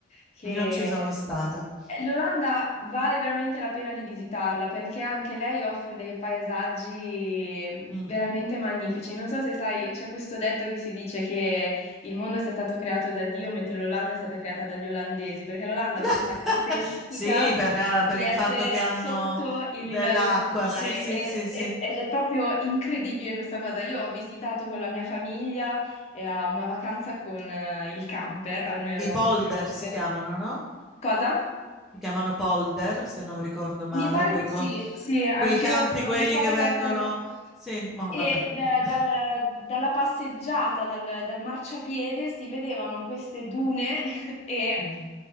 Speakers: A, on the left; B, in the centre.
A: che
B: Non ci sono
A: Mm.
B: stata.
A: Eh, L'Olanda vale veramente la pena di visitarla perché anche lei offre dei paesaggi mm,
B: Mm.
A: veramente magnifici. Non so se sai, c'è questo detto che si dice che il mondo sia stato creato da Dio mentre l'Olanda è stata creata dagli olandesi, perché l'Olanda
B: <laughs>
A: ha questa caratteristica
B: Sì, per, per
A: di
B: il
A: essere
B: fatto che hanno
A: sotto il
B: dell'acqua.
A: livello del mare
B: Sì, sì,
A: e-
B: sì, sì.
A: e- ed è proprio incredibile questa cosa. Io ho visitato con la mia famiglia, era una vacanza con eh, il camper, ah, noi avevamo
B: I polder
A: un camper.
B: si chiamano, no?
A: Cosa?
B: Si chiamano polder, se non ricordo male,
A: Mi pare
B: quei,
A: di
B: co-
A: sì, sì, anch'io
B: quei campi,
A: non
B: quelli
A: ricordo
B: che
A: esattamente.
B: vengono. Sì, ma
A: E
B: vabbè.
A: da-
B: <laughs>
A: dal- dalla passeggiata, dal, dal marciapiede, si vedevano queste dune <laughs> e
B: Mm.